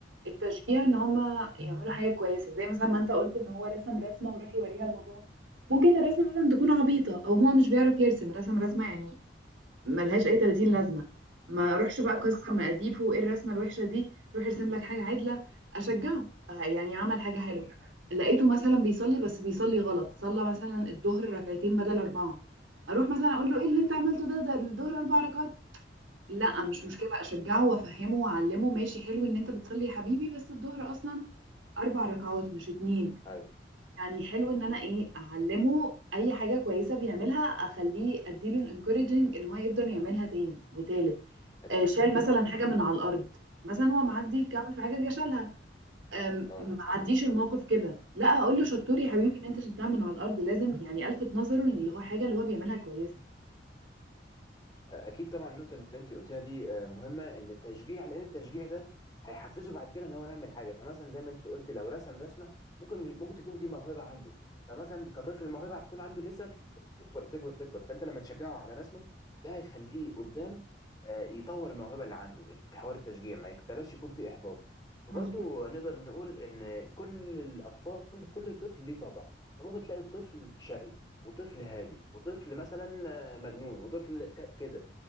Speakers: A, on the right; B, on the left.
A: التشجيع إن هما يعملوا حاجة كويسة زي مثلا ما أنت قلت إن هو رسم رسمة وراح يوريها لباباه ممكن الرسمة مثلا تكون عبيطة أو هو مش بيعرف يرسم رسم رسمة يعني ملهاش أي 30 لازمة ما أروحش بقى
B: اه
A: أكسر مقاديفه وإيه الرسمة الوحشة دي روح ارسم لك حاجة عدلة أشجعه آه، يعني عمل حاجة حلوة
B: اكيد
A: لقيته مثلا بيصلي بس بيصلي غلط صلى مثلا الظهر ركعتين بدل أربعة أروح مثلا
B: امم
A: أقول له إيه اللي أنت عملته ده ده الظهر أربع ركعات لا مش
B: امم
A: مشكلة أشجعه وأفهمه وأعلمه ماشي حلو إن أنت بتصلي يا حبيبي بس الظهر أصلا أربع ركعات مش اتنين
B: ايوه
A: يعني
B: أيوة.
A: حلو إن أنا إيه أعلمه أي حاجة كويسة بيعملها أخليه أديله الانكوريجنج إن هو يفضل يعملها تاني وتالت
B: اكيد
A: آه، شال مثلا
B: طبعا
A: حاجة من على الأرض مثلا هو معدي
B: امم
A: كعب في حاجة جه شالها آم،
B: اه
A: معديش الموقف كده لا أقول له شطور يا
B: اه
A: حبيبي إن أنت شلتها من على الأرض لازم يعني ألفت نظره إن اللي هو حاجة اللي هو بيعملها كويسة
B: اكيد طبعا النقطه اللي انت قلتها دي آه، مهمه إن التشجيع لان التشجيع ده هيحفزه بعد كده ان هو يعمل حاجه فمثلا زي ما انت قلت لو رسم رسمه ممكن ممكن تكون دي موهبه عنده فمثلا كطفل الموهبه هتكون عنده لسه بتكبر بتكبر بتكبر فانت لما تشجعه على رسمه ده هيخليه قدام آه، يطور الموهبه اللي عنده حوار التشجيع ما يك- بلاش يكون فيه احباط وبرضه
A: مظبوط
B: نقدر نقول ان كل الاطفال كل طفل ليه طبع فممكن تلاقي طفل شقي وطفل هادي وطفل مثلا آه، مجنون وطفل ك- كده